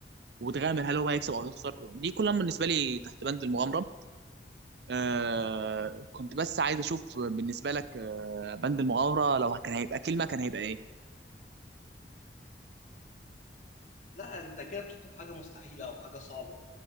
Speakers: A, on the right (about 70°); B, on the left (about 40°).
A: وتغامر هل هو هيكسب او هيخسر دي كلها بالنسبه لي تحت بند المغامره آه كنت بس عايز اشوف بالنسبه لك آه بند المغامره لو كان هيبقى كلمه كان هيبقى ايه
B: لا انت كده بتطلب حاجه مستحيله او حاجه صعبه